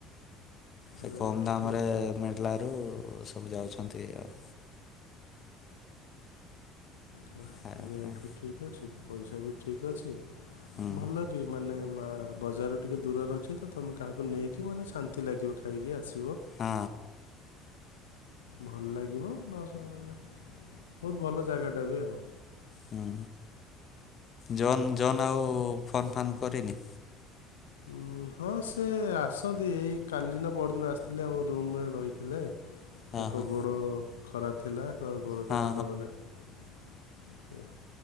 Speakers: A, on the left; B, on the left.
A: ସେ
B: ରେଟ୍
A: କମ ଦାମରେ
B: ଠିକ୍
A: ମିଳିଲା। <unintelligible> ସବୁ ଯାଉଛନ୍ତି ଆଉ।
B: <unintelligible>
A: ଖାଇବା ପାଇଁ
B: ଠିକ ଅଛି। ପଇସା ବି ଠିକ୍ ଅଛି।
A: ହୁଁ।
B: ଭଲ ବି ମାନେ। ମା ବଜାର ଟିକେ ଦୂରରେ ଅଛି ତ ତମେ କାହାକୁ ନେଇକି ମାନେ ଶାନ୍ତି ଲାଗିବ ଖାଇକି ଆସ।
A: ହୁଁ।
B: ଭଲ ଲାଗିବ ଲସ୍ ହବ <unintelligible> ବହୁତ ଭଲ ଜାଗାଟା ବି ଆଉ।
A: ହୁଁ ଜନ୍ ଜନ୍ ଆଉ ଫନ୍ ଫାନ୍ କରିନି।
B: ଉଁ ହଁ ସେ ଆସନ୍ତି ଏଇ କାଲି ନା ପରଦିନ ଆସିଥିଲେ ଆମ ରୁମରେ ରହିଥିଲେ।
A: ହଁ
B: ତାଙ୍କ
A: ହଁ
B: ଗୋଡ଼ ଖରା ଥିଲା। ତଗୋଡ଼ଟାତାଙ୍କ
A: ହଁ
B: ମାନେ। <inaudible>